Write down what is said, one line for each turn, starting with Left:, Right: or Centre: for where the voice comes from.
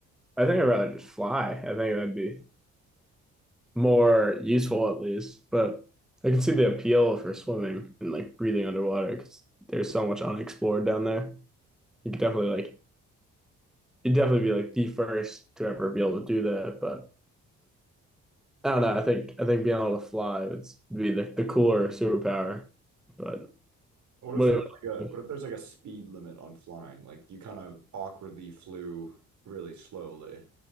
Centre: I think I'd rather just fly. I think that'd be more useful at least. But I can see the appeal for swimming and like breathing underwater because there's so much unexplored down there. You could definitely like you'd definitely be like the first to ever be able to do that. But I don't know. I think I think being able to fly would be the the cooler superpower. But
Right: What
Centre: what,
Right: if there's
Centre: do
Right: like a
Centre: you
Right: what if there's like a speed limit on flying? Like you kind of awkwardly flew really slowly.